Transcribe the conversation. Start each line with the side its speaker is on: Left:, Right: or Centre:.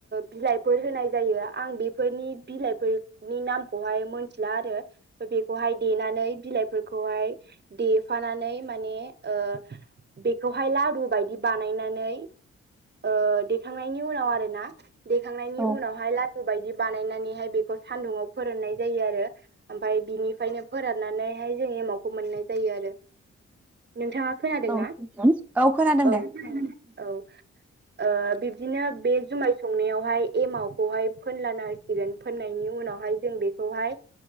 Right: बिलाइफोर होनाय जायो आं बेफोरनि बिलाइफोर नि नामखौहाय मोनथिला आरो बेखौहाय देनानै बिलाइफोरखौहाय देफानानै माने ओ बेखौहाय लारु बायदि बानायनानै ओ देखांनायनि उनाव आरो ना देखांनायनि
Centre: औ
Right: उनावहाय लादु बायदि बानायनानैहाय बे बे सान्दुुंङाव फोराननाय जायो आरो ओमफ्राय बिनिफ्रायनो फोराननानैहाय जों एमावखौ मोननाय जायो आरो नोंथाङा खोनादों
Centre: औ
Right: ना?
Centre: खोनादों
Right: औ
Centre: दे
Right: औ
Centre: <inaudible>
Right: ओ बिब्दिनो बे जुमाय संनायावहाय एमावखौहाय फोनलाना होसिगोन फोननायनि उनावहाय जों बेखौहाय